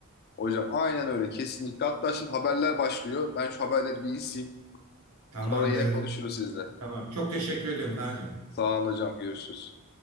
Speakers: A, on the left; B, on the right.
A: Hocam aynen öyle kesinlikle. Hatta şimdi haberler başlıyor. Ben şu haberleri bir izleyeyim.
B: Tamamdır.
A: Sonra yine konuşuruz sizle.
B: Tamam. Çok teşekkür ediyorum Kaan'cığım.
A: Sağ olun hocam, görüşürüz.